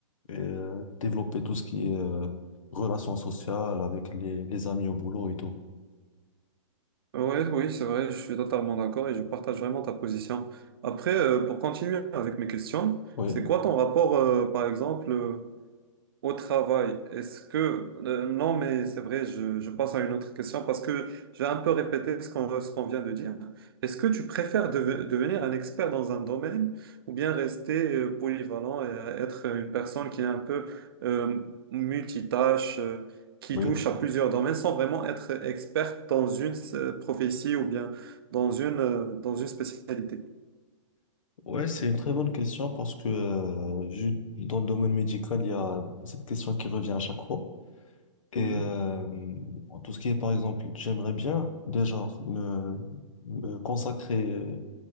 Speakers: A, on the left; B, on the right.
A: et, euh, développer tout ce qui est euh, relations sociales avec les, les amis au boulot et tout.
B: Ouais, oui, c'est vrai, je suis totalement d'accord et je partage vraiment ta position. Après, euh, pour continuer avec mes questions,
A: Oui,
B: c'est quoi ton rapport, euh, par exemple, euh, au travail, est-ce que... euh, non, mais c'est vrai, je, je passe à une autre question parce que je vais un peu répéter ce qu'on ce qu'on vient de dire. Est-ce que tu préfères deve- devenir un expert dans un domaine ou bien rester euh, polyvalent et être une personne qui est un peu euh, multitâche, euh, qui
A: oui.
B: touche à plusieurs domaines sans vraiment être experte dans une euh, prophétie ou bien dans une, euh, dans une spécialité?
A: Ouais, c'est une très bonne question parce que euh, vu dans le domaine médical, il y a cette question qui revient à chaque fois. Et
B: Mhm.
A: euh, en tout ce qui est, par exemple, j'aimerais bien déjà me, me consacrer, euh,